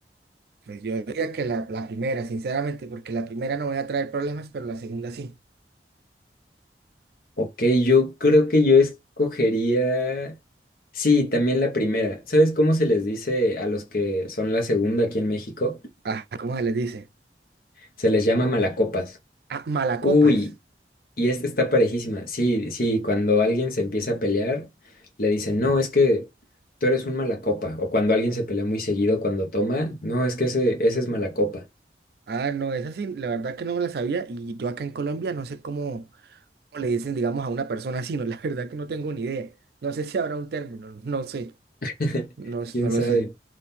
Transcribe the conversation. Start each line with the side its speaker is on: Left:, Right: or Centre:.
Right: Pues yo diría que la, la primera, sinceramente, porque la primera no voy a traer problemas, pero la segunda sí.
Left: Ok, yo creo que yo escogería... Sí, también la primera. ¿Sabes cómo se les dice a los que son la segunda aquí en México?
Right: Ajá, ¿cómo se les dice?
Left: Se les llama malacopas.
Right: Ah, malacopas.
Left: Uy, y esta está parejísima. Sí, sí, cuando alguien se empieza a pelear, le dicen, no, es que tú eres un malacopa. O cuando alguien se pelea muy seguido cuando toma, no, es que ese, ese es malacopa.
Right: Ah, no, esa sí, la verdad que no me la sabía y yo acá en Colombia no sé cómo, cómo le dicen, digamos, a una persona así, no, <laughs> la verdad que no tengo ni idea. No sé si habrá un término, no sé,
Left: <laughs>
Right: no,
Left: ¿Quién
Right: no lo
Left: sabe?
Right: sé.